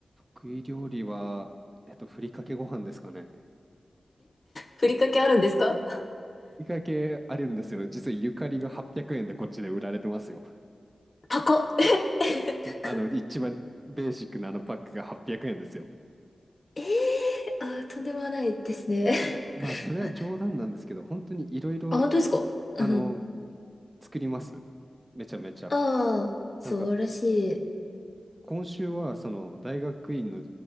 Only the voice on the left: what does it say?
ふりかけあるんですか
高っ。え、え高っ
えー、あー、とんでもないですね。
<laughs>
あ、
あ本当ですかうん。
ああ、素晴らしい。